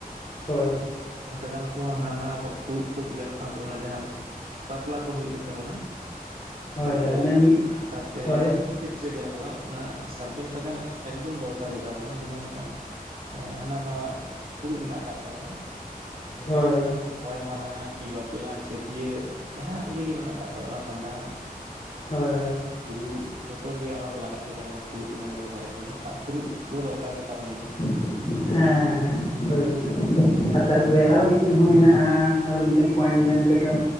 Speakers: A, on the left; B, on the right.
A: ᱦᱳᱭ
B: ᱥᱟᱨᱚᱢ ᱥᱟᱠᱟᱢ ᱛᱮᱦᱚᱸ ᱦᱟᱱᱟ ᱟᱵᱚᱣᱟᱜ ᱯᱷᱩᱲᱩᱜ ᱠᱚ ᱛᱮᱭᱟᱨᱚᱜ ᱠᱟᱱ ᱛᱟᱵᱚᱱᱟ ᱡᱟᱦᱟᱸ ᱵᱟᱯᱞᱟ ᱠᱚ ᱦᱳᱳ ᱜᱮᱛᱟᱵᱚᱱᱟ
A: ᱦᱳᱭ
B: ᱵᱟᱯᱞᱟ
A: ᱦᱳᱭ ᱢᱮᱱ
B: ᱛᱮ
A: ᱦᱳᱭ
B: ᱡᱟᱦᱟᱸ ᱠᱷᱮᱛᱨᱮ ᱜᱮᱮ ᱟᱵᱚᱣᱟᱜ ᱚᱱᱟ ᱥᱟᱨᱡᱚᱢ ᱥᱟᱠᱟᱢ ᱮᱠᱫᱚᱢ ᱫᱚᱨᱠᱟᱨ ᱜᱮᱛᱟᱵᱚᱱᱟ ᱡᱮᱢᱚᱱ ᱱᱚᱜᱼᱚᱭ ᱦᱟᱱᱟ ᱱᱟ ᱯᱷᱩᱲᱩᱜ ᱢᱮᱱᱟᱜ ᱟᱠᱟᱫ ᱛᱟᱵᱚᱱᱟ ᱡᱮᱢᱚᱱ
A: ᱦᱳᱭ ᱦᱳᱭ
B: ᱢᱚᱬᱮ ᱢᱟᱦᱟ ᱠᱤ ᱵᱟᱯᱞᱟ ᱪᱷᱟᱹᱴᱭᱟᱹᱨ ᱡᱟᱦᱟᱸ ᱤᱭᱟᱹᱮ ᱢᱮᱱᱟᱜ ᱠᱫ ᱛᱟᱵᱚᱱᱟ ᱵᱷᱟᱸᱰᱟᱱ
A: ᱦᱳᱭ ᱦᱳᱭ
B: ᱯᱷᱩᱲᱩᱜ ᱡᱷᱚᱛᱚ ᱨᱮᱜᱮ ᱚᱱᱟ ᱫᱚ ᱞᱟᱜᱟᱜ ᱜᱮᱛᱟᱵᱚᱱᱟ ᱯᱷᱩᱲᱩᱜ ᱠᱚᱵᱚᱱ ᱵᱮᱵᱚᱦᱟᱨᱮᱫ ᱜᱮᱭᱟ ᱟᱨ ᱯᱷᱩᱲᱩᱜ ᱫᱚ ᱫᱚᱨᱠᱟᱨ ᱜᱮᱛᱟ ᱯᱚᱱ ᱜᱮᱭᱟ
A: ᱦᱮᱸ ᱦᱮᱸ ᱦᱮᱸ ᱦᱳᱭ ᱜᱚᱢᱠᱮ ᱟᱨ ᱛᱟᱨᱯᱚᱨᱮ ᱟᱨᱚ ᱢᱤᱫᱴᱮᱱ ᱦᱚᱸ ᱢᱮᱱᱟᱜᱼᱟ ᱟᱨᱚ ᱢᱤᱫᱴᱮᱱ ᱯᱚᱭᱮᱱᱴ ᱢᱮᱱ ᱛᱮᱫᱚ